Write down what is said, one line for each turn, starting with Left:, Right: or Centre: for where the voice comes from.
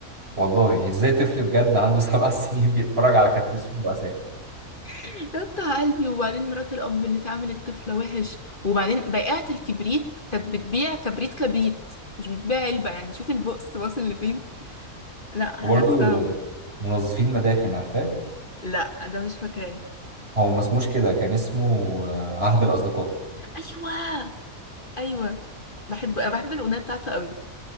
Right: والله ازاي طفل بجد عنده سبع <laughs> سنين بيتفرج على كرتون اسمه البؤساء
Left: يقطع قلبي وبعدين مرات الأب اللي تعامل الطفلة وحش وبعدين بائعة الكبريت كانت بتبيع كبريت كبريت مش بتبيع علبة يعني شوف البؤس واصل لفين لا
Right: وبرضو
Left: حاجات صعبة
Right: منظفين مداخن عارفاه
Left: لا ده مش فاكراه
Right: هو ما اسموش كده كان اسمه آه، عهد الأصدقاء
Left: ايوه ايوه بحب أنا بحب الاغنيه بتاعته قوي